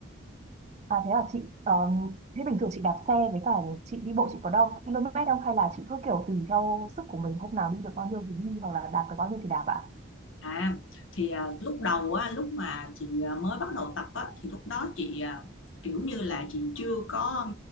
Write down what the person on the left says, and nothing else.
À thì à, lúc đầu á lúc mà chị à, mới bắt đầu tập á thì lúc đó chị à, kiểu như là chị chưa có